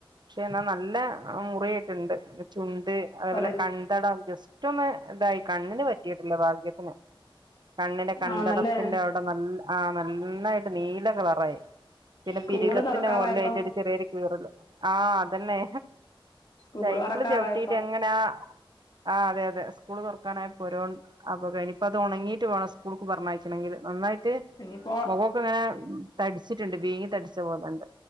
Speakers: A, on the right; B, on the left.
A: പക്ഷെ എന്നാൽ നല്ല മുറി ഒക്കെ ഉണ്ട് ചു അത് അതേപോലെ
B: പറ
A: കൺതടം ജസ്റ്റ് ഒന്ന് ഇതായി കണ്ണിന് പറ്റിട്ടില്ല ഭാഗ്യത്തിന് കണ്ണിന്റ കൺതടത്തിന്റ
B: ആണല്ലേ
A: അവിട നല്ല ആഹ് നന്നായിട്ട് നീല കളറായി പിന്നെ
B: സ്കൂള്
A: പിരികത്തിന്റെ
B: തുറക്കാറായപ്പം
A: മുകളിലായിട്ട് ഒരു ചെറിയൊരു കീറലും ആഹ് അതന്നെ
B: സ്കൂള്
A: സൈക്കിള്
B: തുറക്കാറായപ്പം
A: ചവിട്ടീട്ട് അങ്ങനാ ആഹ് അതെ അതെ സ്കൂള് തുറക്കാനായപ്പോരോ <unintelligible> ഇപ്പത് ഒണങ്ങീട്ട് വേണം സ്കൂള്ക്ക് പറഞ്ഞയക്കണെങ്കില് നന്നായിട്ട്
B: ഇനിയിപ്പോ
A: മൊഖൊ പ്പിങ്ങനേ തടിച്ചിട്ടെണ്ട് വീങ്ങി തടിച്ച പോലെണ്ട്